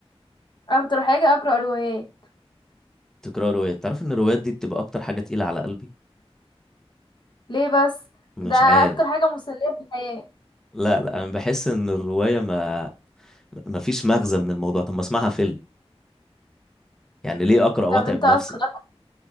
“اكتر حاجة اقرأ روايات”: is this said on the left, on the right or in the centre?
Left